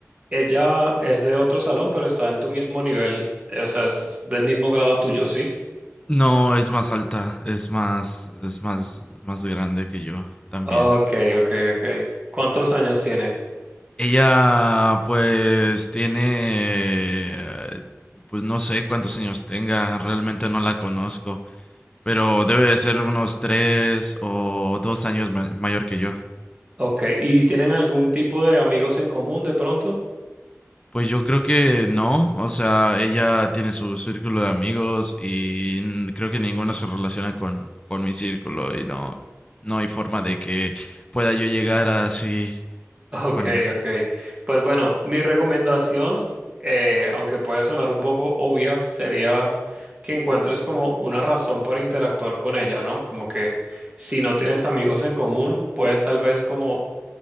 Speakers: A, on the right; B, on the left.
A: Ella es de otro salón, pero está en tu mismo nivel, o sea, es del mismo grado tuyo, ¿sí?
B: No, es más alta, es más, es más, más grande que yo también.
A: Ok, ok, ok. ¿Cuántos años tiene?
B: Ella, pues, tiene, eh, pues no sé cuántos años tenga, realmente no la conozco, pero debe de ser unos tres o dos años ma- mayor que yo.
A: Ok, ¿y tienen algún tipo de amigos en común de pronto?
B: Pues yo creo que no, o sea, ella tiene su círculo de amigos y n- creo que ninguno se relaciona con, con mi círculo y no, no hay forma de que pueda yo llegar así
A: Ok,
B: Con,
A: ok. Pues bueno, mi recomendación, eh, aunque puede sonar un poco obvia, sería que encuentres como una razón para interactuar con ella, ¿no? Como que si no tienes amigos en común, puedes tal vez como